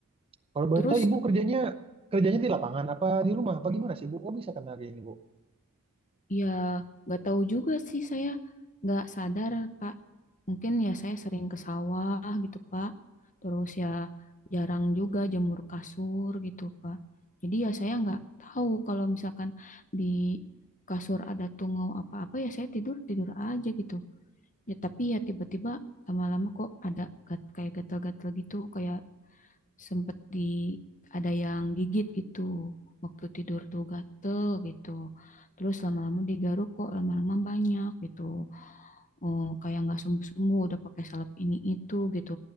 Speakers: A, on the right; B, on the left.
A: Kalau boleh
B: Terus
A: tahu Ibu kerjanya kerjanya di lapangan apa di rumah apa gimana sih Bu? Oh bisa kena kayak gini Bu?
B: Ya, nggak tahu juga sih saya nggak sadar Pak. Mungkin ya saya sering ke sawah gitu Pak. Terus ya jarang juga jemur kasur gitu Pak. Jadi ya saya nggak tahu kalau misalkan di kasur ada tungau apa-apa ya saya tidur tidur aja gitu. Ya tapi ya tiba-tiba lama-lama kok ada gat kayak gatal-gatal gitu kayak sempet di ada yang gigit gitu waktu tidur tuh gatel gitu terus lama-lama digaruk kok lama-lama banyak gitu Oh, kayak nggak sembuh-sembuh udah pakai salep ini itu gitu